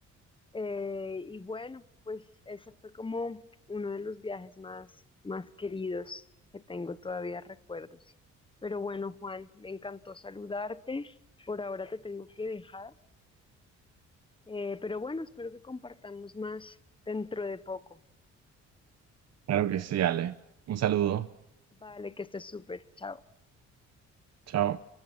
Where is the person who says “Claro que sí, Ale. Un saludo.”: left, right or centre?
Right